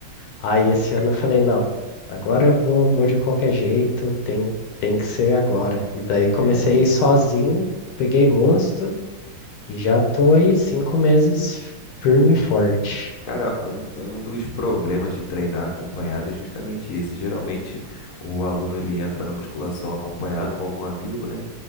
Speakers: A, on the left (about 80°); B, on the left (about 60°).
A: Aí esse
B: Ca-
A: ano eu falei, não, agora eu vou, vou de qualquer jeito, tem, tem que ser agora. E daí comecei
B: É isso.
A: a ir sozinho peguei gosto e já tô aí cinco meses firme e forte.
B: Cara, um, um dos problemas de treinar acompanhado é justamente esse. Geralmente o aluno ele entra na musculação acompanhado com algum amigo, né?